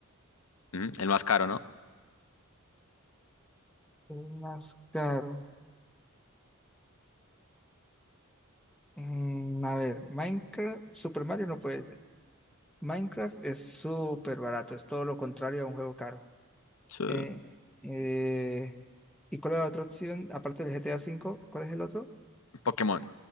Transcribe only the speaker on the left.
Ujú, El más caro, ¿no?
Sí.
Pokémon.